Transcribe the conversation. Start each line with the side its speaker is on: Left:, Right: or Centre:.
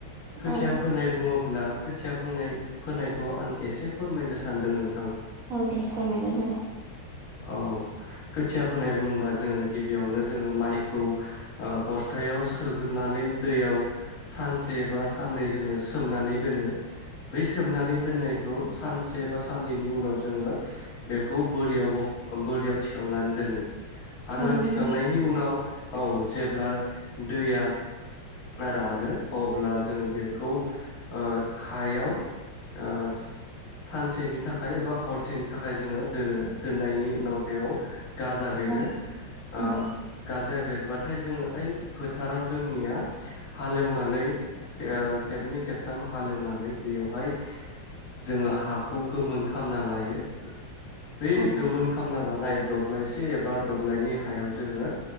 Left: खोथिया
Right: औ
Left: फोनाय बुङो अब्ला खोथिया फोनाय फोनायखौ आं एसे फोरमायनो सान्दों नों
Right: औ दे फोरमायबानो जाबाय
Left: औ खोथिया फोनाय बुङोबा जोङो गिबियावनो जोङो माइखौ ओ बस्थायाव सोग्रोनानै दैयाव सानसे बा साननै जोङो सोमनानै दोनो बै सोबनानै दोननायखौ सानसे बा साननैनि उनाव जोङो बेखौ बोरियाव बोरियाव थिखांनानै दोनो आरो
Right: औ
Left: थिखांनायनि
Right: नंगौ
Left: उनाव औ जेब्ला दैया रानो अब्ला जोङो बेखौ ओ हायाव ओ सानसेनि थाखाय एबा हरसेनि थाखाय जोङो दोनो दोननायनि उनाव बेयाव गाजा बेरो
Right: औ उम
Left: ओ गाजा बेर बेरबाथाय जोङो ओइ फोथाराव जोंनिया हालेवनानै खेबनै खेबथाम हालेवनानै बेयावहाय जोङो हाखौ गोमोन खामना लायो बै
Right: औ
Left: गोमोन खामना ला नाय दब्लायसे एबा दब्लायनै हायाव जोङो